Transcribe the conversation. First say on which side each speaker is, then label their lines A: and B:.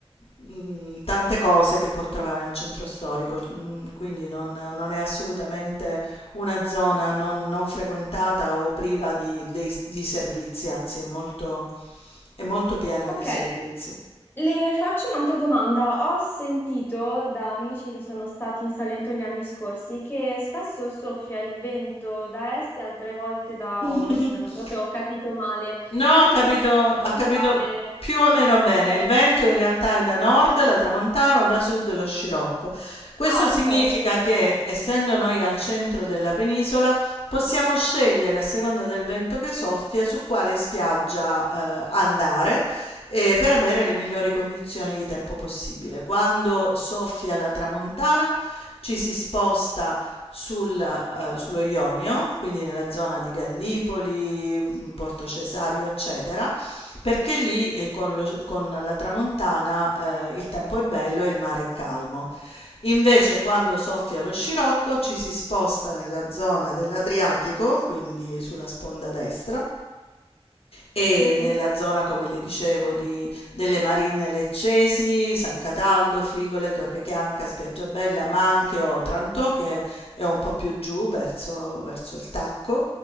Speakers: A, on the left; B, on the left.
A: mh, tante cose che può trovare nel centro storico, mm, quindi non, non è assolutamente una zona non, non frequentata o priva di, dei- di servizi, anzi è molto, è molto piena
B: Ok,
A: di servizi.
B: le faccio un'altra domanda. Ho sentito da amici che sono stati in Salento gli anni scorsi che spesso soffia il vento da est e altre volte da
A: <laughs>
B: ovest. Non so se ho capito male.
A: No,
B: Come
A: ha capito
B: mi devo
A: ha
B: orientare?
A: capito più o meno bene.
B: Ok.
A: Il vento in realtà è da nord la tramontana o da sud lo scirocco. Questo
B: Ah,
A: significa
B: ok.
A: che, essendo noi al centro della penisola, possiamo scegliere a seconda del vento che soffia su quale spiaggia, eh, andare, ehm, per avere le migliori condizioni di tempo possibile. Quando soffia la tramontana ci si sposta sul, ehm, sullo Ionio, quindi nella zona di Gal Gallipoli, mh, Porto Cesario, eccetera, perché lì eh, con, lo- con la tramontana eh, il tempo è bello e il mare è calmo. Invece quando soffia lo scirocco ci si sposta nella zona dell'Adriatico, quindi sulla sponda destra, e
B: Mhm.
A: nella zona, come le dicevo, di delle Marine Leccesi, San Cataldo, Frigole, Torrechianca, Spiaggiabella, ma anche Otranto, che è un po' più giù verso verso il Tacco,